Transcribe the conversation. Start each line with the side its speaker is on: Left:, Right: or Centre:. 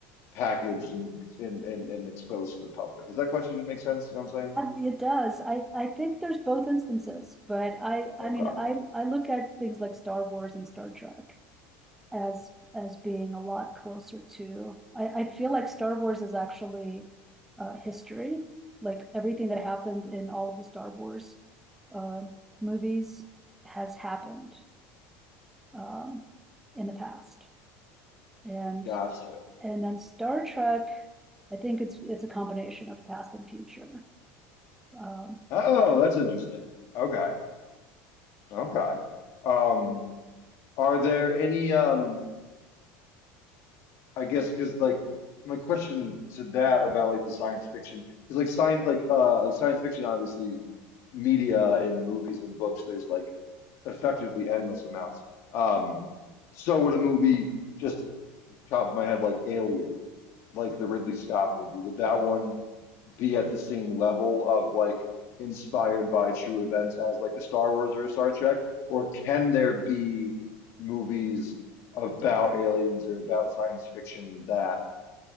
Left: packaged and and and, and exposed to the public. Does that question make sense? You know what I'm saying?
Centre: it does. I, I think there's both instances, but I I
Left: Okay.
Centre: mean I I look at things like Star Wars and Star Trek as as being a lot closer to. I, I feel like Star Wars is actually uh, history, like everything that happened in all of the Star Wars uh, movies has happened um, in the past, and
Left: Gotcha.
Centre: And then Star Trek, I think it's it's a combination of past and future. Um,
Left: Oh, that's interesting. Okay. Okay. Um, are there any um I guess because like my question to that about like the science fiction because like science like uh like science fiction obviously media and movies and books there's like effectively endless amounts. Um, so would a movie just top of my head, like Alien, like the Ridley Scott movie. Would that one be at the same level of like inspired by true events as like a Star Wars or a Star Trek? Or can there be movies about aliens or about science fiction that